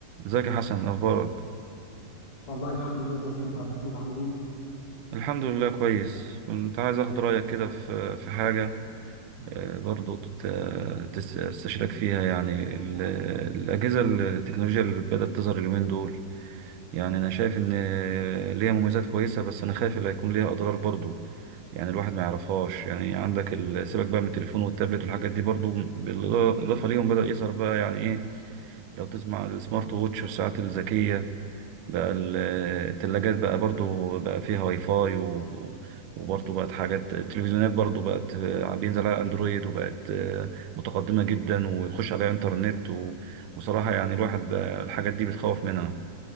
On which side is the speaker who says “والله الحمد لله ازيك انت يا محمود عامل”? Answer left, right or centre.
Left